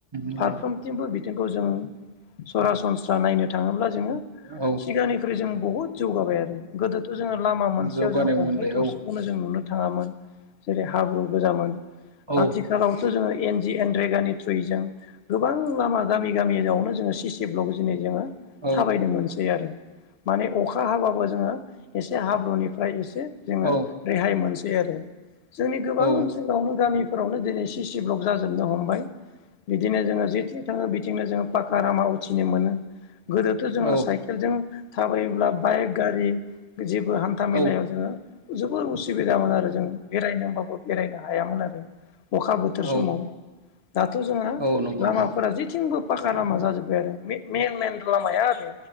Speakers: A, on the right; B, on the left.
A: नंगौ
B: फारफ्रोमथिंबो
A: नोंथां
B: बिथिंखौ जों सरासनस्रा नायनो थाङोब्ला जोङो
A: औ
B: सिगांनिख्रुइ जों बहुत जौगाबाय आरो गोदो थ' जोङो लामा मोनसेयाव
A: जौगानाय
B: जोङो
A: मोनबाय
B: अन्थाइ थरसेखौनो
A: औ
B: जों नुनो थाङामोन जेरै हाब्रु गोजामोन
A: औ
B: आथिखालावसो जोङो एन जि एन रेगानि थ्रुयै जों गोबां लामा गामि गामियावनो जोङो सि सि ब्लक दिनै जोङो
A: औ
B: थाबायनो मोनसै आरो माने अखा हाबाबो जोङो एसे हाब्रुनिफ्राय एसे जोङो
A: औ
B: रेहाय मोनसै आरो जोंनि गोबां
A: औ
B: ओनसोलावनो गामि फोरावनो दिनै सिसि ब्लक जाजोबनो हमबाय बिदिनो जोङो जेथिं थाङो नो जोङो पाका लामा उथिनो मोनो गोदोथ' जोङो
A: औ
B: साइकेलजों थाबायोब्ला बाइक गारि जेबो हान्था मेलायाव
A: औ
B: जोङो जोबोर उसु बिदामोन आरो जों बेरायनो होमबाबो बेरायनो हायामोन आरो अखा बोथोर
A: औ
B: समाव दाथ' जोङो
A: औ नंगौ
B: लामाफोरा
A: नोंथां
B: जेथिंबो पाखा लामा जाजोबबाय आरो मेन मेन लामाया आरो